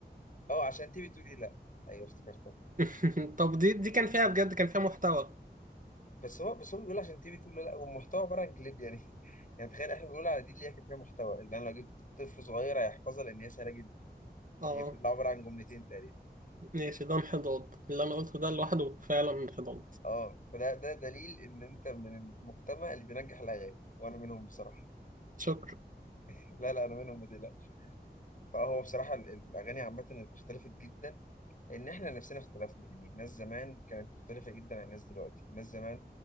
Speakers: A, on the left (about 50°); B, on the right (about 50°).
A: أه عشان أنت بتقولي لأ أيوه افتكرتها
B: <laughs> طب دي دي كان فيها بجد كان فيها محتوى
A: بس هو بس هو بيقول عشان أنت بتقولي لأ والمحتوى عبارة عن كليب يعني <laughs> يعني تخيل إحنا بنقول على دي اللي هي كانت فيها محتوى اللي أنا لو جبت طفل صغير هيحفظها لأن هي سهلة جدا
B: اه
A: هي كلها عبارة عن جملتين تقريبا
B: ماشي ده انحدار اللي انا قلته ده لوحده فعلا انحدار
A: اه فده ده دليل ان انت من المجتمع اللي بينجح الاغاني وانا منهم بصراحه
B: شكرا
A: <laughs> لا لا انا منهم ما تقلقش فهو بصراحه ال- الاغاني عامه اختلفت جدا ان احنا نفسنا اختلفنا يعني الناس زمان كانت مختلفه جدا عن الناس دلوقتي الناس زمان